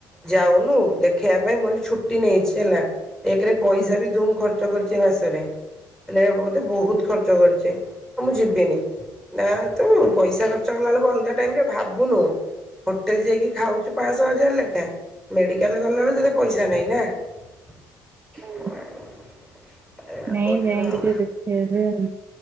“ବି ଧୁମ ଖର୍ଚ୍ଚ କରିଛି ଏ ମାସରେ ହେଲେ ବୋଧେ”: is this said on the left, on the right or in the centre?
Centre